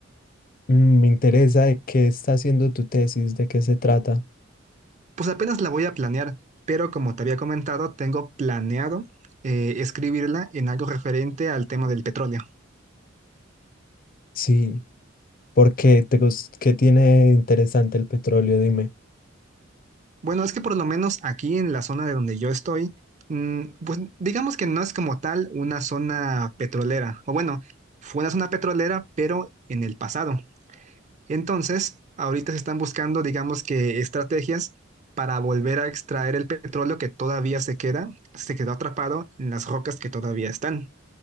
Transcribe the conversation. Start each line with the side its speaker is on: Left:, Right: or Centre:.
Left: Mm, me interesa de qué está haciendo tu tesis, de qué se trata.
Right: Pues apenas la voy a planear, pero como te había comentado, tengo planeado eh, escribirla en algo referente al tema del petróleo.
Left: Sí, porque te gus- qué tiene de interesante el petróleo? Dime.
Right: Bueno, es que por lo menos aquí en la zona de donde yo estoy, mm, pues digamos que no es como tal una zona petrolera, o bueno, fue una zona petrolera, pero en el pasado. Entonces, ahorita se están buscando, digamos que estrategias para volver a extraer el petróleo que todavía se queda, se quedó atrapado en las rocas que todavía están.